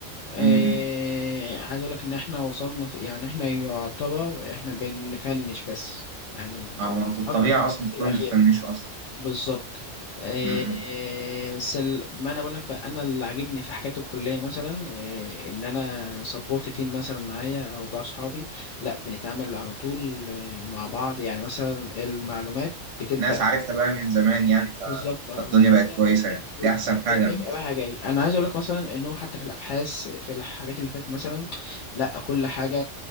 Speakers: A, on the left; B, on the right.
A: آه،
B: امم، امم.
A: عايز أقولك إن إحنا وصلنا في يعني إحنا يعتبر إحنا بنفنش بس يعني
B: اه هو انت الطبيعي
A: بنحط المستوى
B: اصلا تكونوا
A: الأخير
B: بتفنشوا اصلا
A: بالظبط إيه
B: امم امم.
A: سل... ما انا بقول لك بقى انا اللي عاجبني في حكايه الكليه مثلا إيه ان انا سبورت تيم مثلا معايا او بقى صحابي لا بنتعامل على طول آه، مع بعض يعني مثلا المعلومات بتبقى
B: ناس عارفها بقى من زمان يعني ف...
A: بالظبط
B: فالدنيا
A: اه
B: بقت
A: هي
B: كويسه
A: بتبقى
B: يعني دي احسن حاجه
A: بتبقى
B: عامه
A: رايحه جاي انا عايز اقول لك مثلا انه حتى في الابحاث في الحاجات اللي فاتت مثلا لا كل حاجه